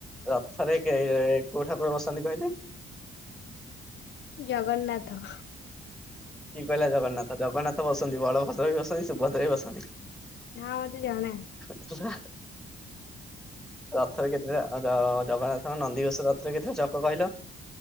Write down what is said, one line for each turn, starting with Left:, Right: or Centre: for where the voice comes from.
Centre: ରଥରେ କୋଉ ଠାକୁର ବସନ୍ତି କହିଲେ?
Left: ଜଗନ୍ନାଥ।
Centre: କିଏ କହିଲା ଜଗନ୍ନାଥ ଜଗନ୍ନାଥ ବସନ୍ତି ବଳଭଦ୍ର ବି ବସନ୍ତି ସୁଭଦ୍ରା ବି ବସନ୍ତି।
Left: ହଁ ମତେ ଜଣା।
Centre: <unintelligible> ରଥରେ କେତେଟା ଜଗନ୍ନାଥଙ୍କ ନନ୍ଦିିଘୋଷ ରଥରେ କେତେଟା ଚକ କହିଲ।